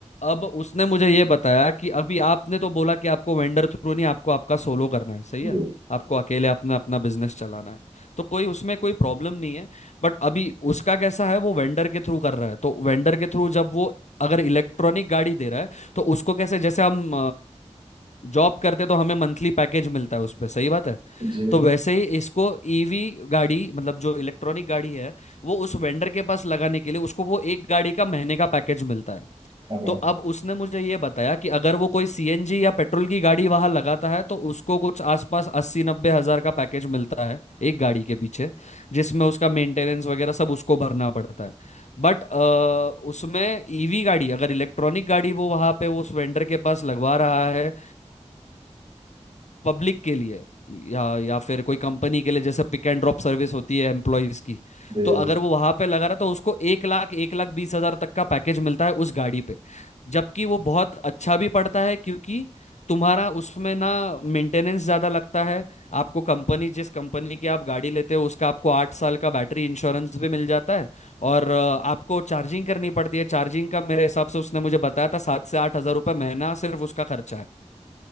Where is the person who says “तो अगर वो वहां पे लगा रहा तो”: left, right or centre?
Left